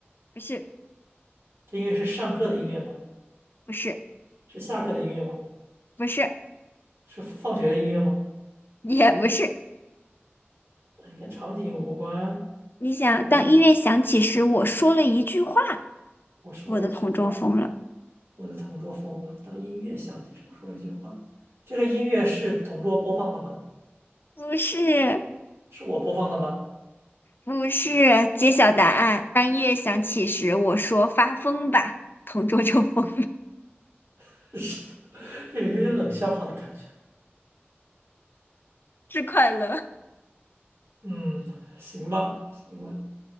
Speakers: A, on the left; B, on the right.
A: 不是，
B: 这音乐是上课的音乐吗？
A: 不是，
B: 是下课的音乐吗？
A: 不是，
B: 是放学的音乐吗？
A: 也不是。
B: 哎，跟场景无关。
A: 你想，
B: 我的
A: 当音乐响起时，我说了一句话，
B: 我说了一句话，
A: 我的同桌疯了。
B: 我的同桌疯了。当音乐响起时，我说了一句话。这个音乐是同桌播放的吗？
A: 不是，
B: 是我播放的吗？
A: 不是。揭晓答案。当音乐响起时，我说发疯吧，同桌就疯了，
B: <laughs> 是，这个有点冷笑话的感觉。
A: 是快乐。
B: 嗯，行吧，行吧。